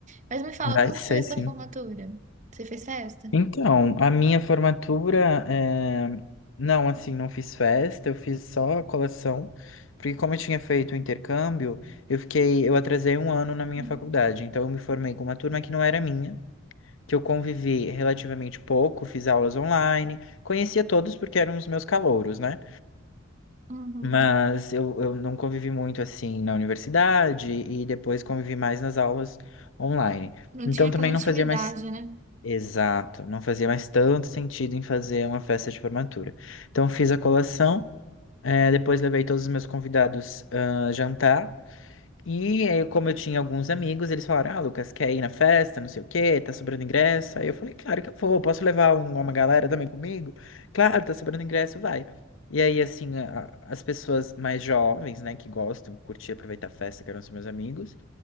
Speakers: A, on the right; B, on the left.
A: Mas me fala,
B: Vai
A: como
B: ser,
A: que foi a sua
B: sim.
A: formatura? Você fez festa?
B: Então, a minha formatura, eh, não, assim, não fiz festa, eu fiz só a colação, porque como eu tinha feito o intercâmbio, eu fiquei, eu atrasei um ano na minha
A: Uhum.
B: faculdade, então eu me formei com uma turma que não era minha, que eu convivi relativamente pouco, fiz aulas online, conhecia todos porque eram os meus calouros, né?
A: Uhum.
B: Mas eu, eu não convivi muito, assim, na universidade e depois convivi mais nas aulas online.
A: Não
B: Então
A: tinha aquela
B: também
A: intimidade,
B: não fazia mais
A: né?
B: Exato, não fazia mais tanto sentido em fazer uma festa de formatura. Então fiz a colação, eh, depois levei todos os meus convidados ah, jantar. E aí, como eu tinha alguns amigos, eles falaram: Ah, Lucas, quer ir na festa? Não sei o quê, tá sobrando ingresso. Aí eu falei: Claro que eu vou, posso levar um- uma galera também comigo? Claro, tá sobrando ingresso, vai. E aí, assim, a- as pessoas mais jovens, né, que gostam, curtir, aproveitar a festa, que eram os meus amigos.